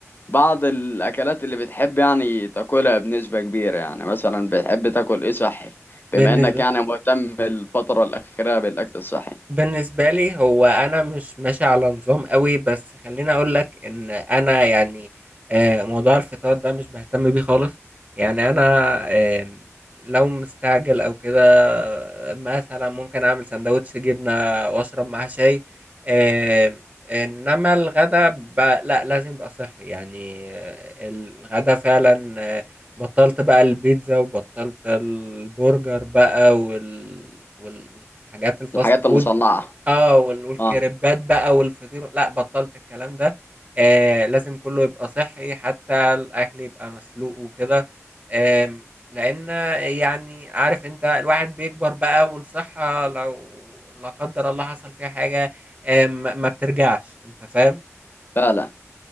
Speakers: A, on the left; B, on the right.
A: بعض الأكلات اللي بتحب يعني تاكلها بنسبة كبيرة يعني مثلا بتحب تاكل إيه صحي
B: بالنسبة
A: بما إنك يعني مهتم الفترة الأخيرة بالأكل الصحي
B: بالنسبة لي هو أنا مش ماشي على نظام قوي بس خليني أقول لك إن أنا يعني آه، موضوع الفطار ده مش بهتم بيه خالص يعني أنا آه، لو مستعجل أو كده آه، مثلا ممكن أعمل سندوتش جبنة وأشرب معاه شاي آه، إنما الغدا ب... لا لازم يبقى صحي يعني آه، الغدا فعلا آه، بطلت بقى البيتزا وبطلت البرجر بقى وال... والحاجات الفاست
A: الحاجات
B: فود
A: المصنعة
B: اه وال- والكريبات
A: اه
B: بقى والفطير لا بطلت الكلام ده آه لازم كله يبقى صحي حتى الاكل يبقى مسلوق وكده آم، لان يعني عارف انت الواحد بيكبر بقى والصحة لو لا قدر الله حصل فيها حاجة آم، ما ما بترجعش انت فاهم
A: فعلا